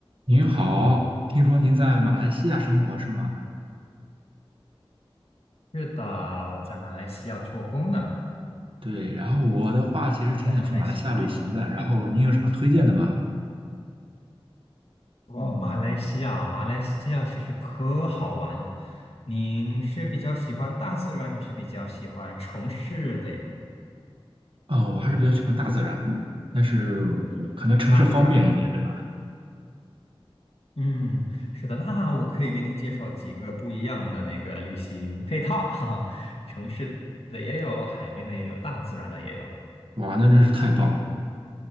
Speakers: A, on the right; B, on the left.
A: 您好，听说您在马来西亚生活是吗？
B: 是的，我在马来西亚做工呢，
A: 对，然后我的话其实挺想去马来西亚旅行的，
B: 在马来西亚的普近。
A: 然后您有什么推荐的吗？
B: 哦，马来西亚，马来西亚其实可好玩了。您是比较喜欢大自然，还是比较喜欢城市的呀？
A: 啊、我还是比较喜欢大自然，但是可能城市方便一点，
B: 大自然。
A: 对吧？
B: 嗯，是的，那我可以给您介绍几个不一样的那个旅行配套，<laughs> 哈哈，<laughs> 城市的也有，海边的也有，大自然的也有。
A: 哇，那真是太棒了！